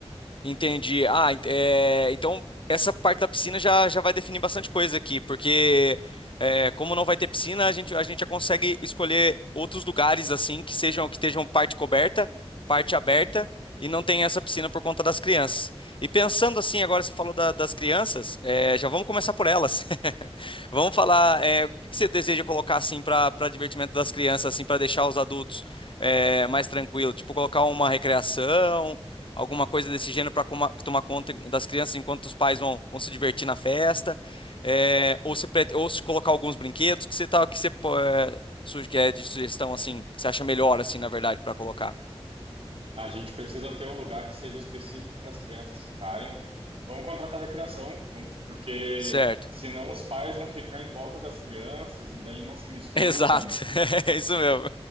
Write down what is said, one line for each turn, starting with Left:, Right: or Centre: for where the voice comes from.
Left: Entendi. Ah, é, então essa parte da piscina já, já vai definir bastante coisa aqui, porque é, como não vai ter piscina, a gente, a gente já consegue escolher outros lugares assim que sejam que estejam parte coberta, parte aberta e não tem essa piscina por conta das crianças. E pensando assim, agora você falou da- das crianças, é, já vamos começar por elas. <laughs> Vamos falar, é, o que que você deseja colocar assim para para divertimento das crianças, assim para deixar os adultos é, mais tranquilos, tipo colocar uma recreação alguma coisa desse gênero para tomar conta das crianças enquanto os pais vão, vão se divertir na festa, é, ou, se, prete- ou se colocar alguns brinquedos que você tá, que você pô- é, suge- que é de sugestão assim, que você acha melhor assim, na verdade, para colocar.
Right: A gente precisa ter um lugar que seja específico para as crianças ficarem. Vamos contratar recreação, vamos- porque
Left: Certo.
Right: senão os pais vão ficar em volta das crianças e daí não se misturam.
Left: Exato, <laughs> é isso mesmo.